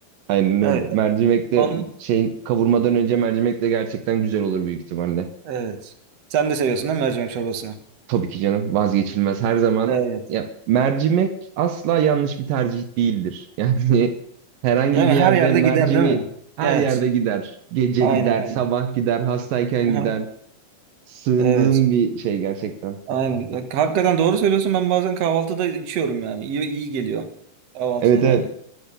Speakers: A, on the right; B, on the right.
A: Aynen
B: Evet.
A: öyle. Mercimek de
B: Onun,
A: şeyin kavurmadan önce mercimek de gerçekten güzel olur büyük ihtimalle.
B: evet. Sen de seviyorsun değil mi mercimek çorbasını?
A: Tabii ki canım vazgeçilmez her zaman.
B: Evet.
A: Ya, mercimek asla yanlış bir tercih değildir. Yani <laughs> herhangi
B: Yani
A: bir
B: her
A: yerde
B: yerde
A: mercimi
B: gider değil mi?
A: her
B: Evet.
A: yerde gider. Gece
B: Aynen
A: gider,
B: öyle.
A: sabah gider, hastayken
B: Aha,
A: gider. Sığındığım
B: Evet.
A: bir şey gerçekten.
B: Aynen. Bak, Hakikaten doğru söylüyorsun. Ben bazen kahvaltıda içiyorum yani. İyi, iyi geliyor. Kahvaltıda
A: Evet
B: da.
A: evet.